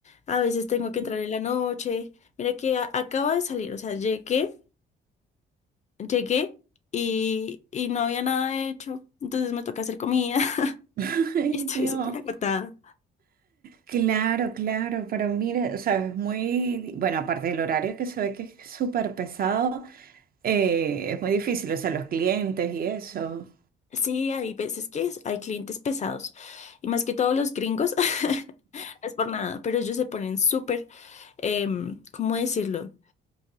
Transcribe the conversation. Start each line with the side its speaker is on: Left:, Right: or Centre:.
Left: a veces tengo que entrar en la noche. Mira que a- acabo de salir, o sea, llegué, llegué y, y no había nada hecho, entonces me toca hacer comida <laughs>
Right: <laughs> Ay,
Left: y estoy
Right: Dios.
Left: súper agotada.
Right: Claro, claro, pero mira, o sea, es muy, bueno, aparte del horario que se ve que es súper pesado, eh, es muy difícil, o sea, los clientes y eso.
Left: Sí, hay veces que es- hay clientes pesados y más que todos los gringos, <laughs> no es por nada, pero ellos se ponen súper, em, ¿cómo decirlo?